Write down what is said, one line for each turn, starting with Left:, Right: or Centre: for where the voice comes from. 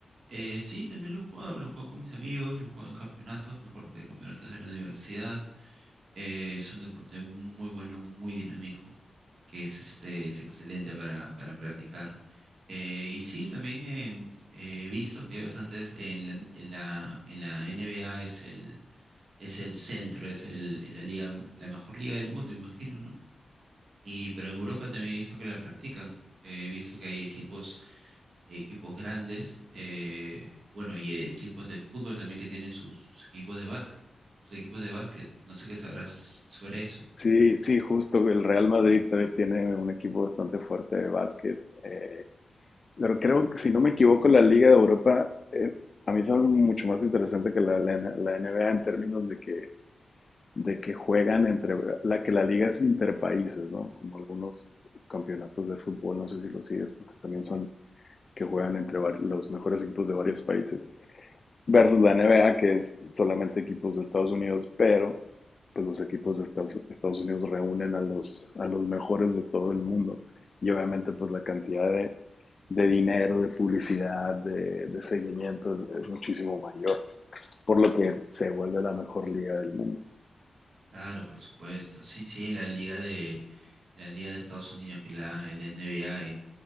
Right: eh, sí, también lo he jugado, lo he jugado con mis amigos, lo he jugado en campeonatos, me acuerdo que hay campeonatos de la universidad. Eh, es un deporte muy bueno, muy dinámico, que es, este, es excelente para, para practicar. Eh, y sí, también en- eh, he visto que hay bastantes, en la, en la, en la NBA es el, es el centro, es el, es la liga, la mejor liga del mundo, imagino, ¿no? Y, pero en Europa también he visto que la practican. Eh, He visto que hay equipos, equipos grandes, eh, bueno, y equipos de fútbol también que tienen sus, sus equipos de básquet, sus equipos de básquet. No sé qué sabrás sobre eso.
Left: sí, sí, justo el Real Madrid también tiene un equipo bastante fuerte de básquet. eh, Pero creo que, si no me equivoco, la Liga de Europa eh, a mí se me hace mucho más interesante que la, la, la N- la NBA en términos de que, de que juegan entre, la que la liga es interpaíses, ¿no? Como algunos campeonatos de fútbol, no sé si lo sigues, pues que también son que juegan entre var- los mejores equipos de varios países versus la N B A que es solamente equipos de Estados Unidos, pero pues los equipos de Estados, Estados Unidos reúnen a los, a los mejores de todo el mundo. Y obviamente pues la cantidad de, de dinero, de publicidad, de, de seguimiento es, es, muchísimo mayor, por lo que se vuelve la mejor liga del mundo.
Right: Claro, por supuesto. Sí, sí, la liga de, la liga de Estados Unidos, que la, el N B NBA